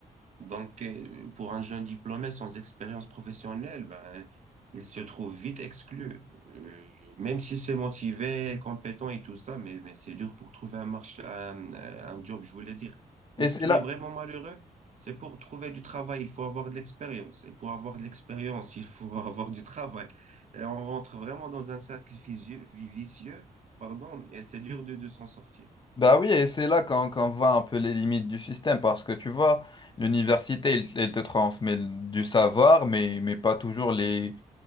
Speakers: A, on the right; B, on the left.
A: Donc, euh, pour un jeune diplômé sans expérience professionnelle, ben, il se trouve vite exclu. Euh, même si c'est motivé, compétent et tout ça, mais, mais c'est dur pour trouver un marché, un, un job, je voulais dire.
B: Et
A: Et
B: c'est
A: ce qui
B: là.
A: est vraiment malheureux, c'est pour trouver du travail, il faut avoir de l'expérience. Et pour avoir de l'expérience, il faut <laughs> avoir du travail. Et on rentre vraiment dans un cercle vicieux, vicieux, pardon, et c'est dur de de s'en sortir.
B: Bah oui, et c'est là qu'on qu'on voit un peu les limites du système, parce que tu vois, l'université, elle, elle te transmet du savoir, mais, mais pas toujours les,